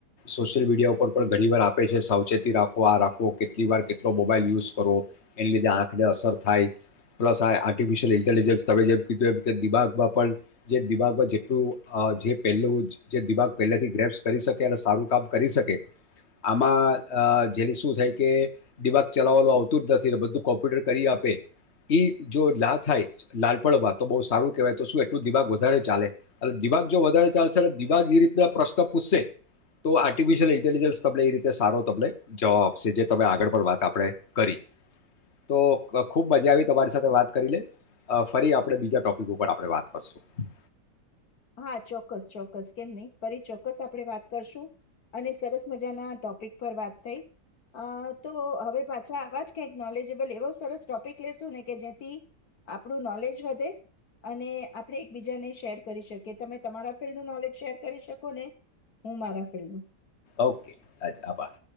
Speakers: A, on the left (about 40°); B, on the left (about 60°).
A: સોશિયલ મીડિયા ઉપર પણ ઘણી વાર આપે છે સાવચેતી રાખો આ રાખો કેટલી વાર કેટલો મોબાઈલ યુઝ કરો એની લીધે આંખને અસર થાય પ્લસ આ આર્ટિફિશિયલ ઇન્ટેલિજન્સ તમે જેમ કીધું એમ કે દિમાગમાં પણ જે દિમાગમાં જેટલું જે પહેલું જે દિમાગ પહેલાથી ગ્રેપ્સ કરી શકે અને સારું કામ કરી શકે આમાં જેલી શું થાય કે દિમાાગ ચલાવવાનું આવતું જ નથી બધું કોમ્પ્યુટર કરી આપે એ જો લા થાય લાલ પડવા તો બહુ સારું કેહેવાય તો શું તો દિભાગ વધારે ચાલે અને દિભાગ જો વધારે ચાલશે અને દિવાાગ એ રીતના પ્રશ્ન પૂછશે તો આર્ટિફિશિયલ ઇન્ટેલિજન્સ તમને એ રીતે સારો તમને જવાબ આપશે જે તમે આગળ પણ વાત આપણે કરી તો ખૂબ મજા આવી તમારી સાથે વાત કરી લે ફરી આપણે બીજા ટોપિક ઉપર આપણે વાત કરશું
B: હા ચોક્કસ ચોક્કસ કેમ નહી ફરી ચોક્કસ આપણે વાત કરશું અને સરસ મજાના ટોપિક પર વાત થઈ અ તો હવે પાછા આવા જ કંક નોલેજેબલ એવો સરસ ટોપિક લેશું ને કે જેથી આપણું નોલેજ વધે અને આપણે એકબીજાને શેર કરી શકે તમે તમારા ફિલ્ડ ન નોલેજ શેર કરી શકો ને હું મારા ફિલ્ડ નું
A: ઓકે આભાર